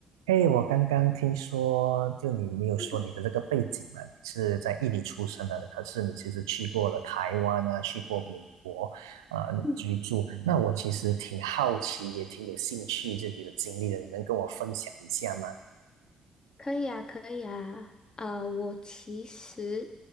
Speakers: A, on the right; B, on the left.
A: 哎，我刚刚听说，就你，你有说你的这个背景嘛，
B: 嗯
A: 你是在印尼出生的，可是你其实去过了台湾啊，去过美国，呃，
B: 嗯，
A: 居住。那我其实挺好奇，也挺有兴趣这里的经历的，你能跟我分享一下吗？
B: 可以啊，可以啊。呃，我其实